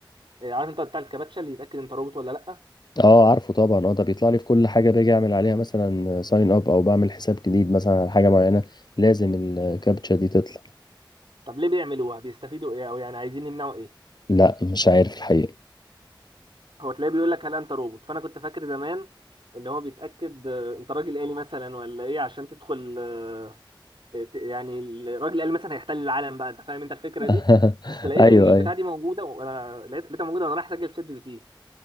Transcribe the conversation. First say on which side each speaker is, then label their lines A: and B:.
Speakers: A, on the right (about 90°); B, on the left (about 55°).
A: عارف انت بتاع الكباتشه اللي يتاكد انت روبوت ولا لا
B: اه عارفه طبعا اه ده بيطلع لي في كل حاجه باجي اعمل عليها مثلا ساين اب او بعمل حساب جديد مثلا على حاجه معينه لازم الكابتشا دي تطلع
A: طب ليه بيعملوها بيستفيدوا ايه او يعني عايزين يمنعوا ايه
B: لا مش عارف الحقيقه
A: هو تلاقيه بيقول لك هل انت روبوت فانا كنت فاكر زمان ان هو بيتاكد آه، انت راجل آلي مثلا ولا ايه عشان تدخل آه، ت- يعني الراجل الآلي مثلا هيحتل العالم بقى انت فاهم انت الفكره
B: <laughs>
A: دي بس لقيت
B: ايوه
A: ان البتاع
B: ايوه
A: دي موجوده وانا لقيت- لقيتها موجوده وانا رايح اسجل في شات جي بي تي